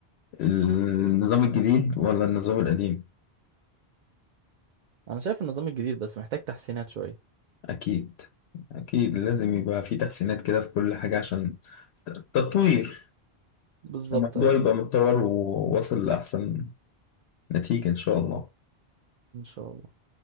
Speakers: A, on the left; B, on the right.
A: النظام الجديد ولا النظام القديم؟
B: انا شايف النظام الجديد بس محتاج تحسينات شويه
A: أكيد أكيد لازم يبقى في تحسينات كده في كل حاجة عشان ت- تطوير
B: بالظبط
A: عشان الموضوع
B: ايوه
A: يبقى متطور وواصل لأحسن نتيجة إن شاء الله
B: ان شاء الله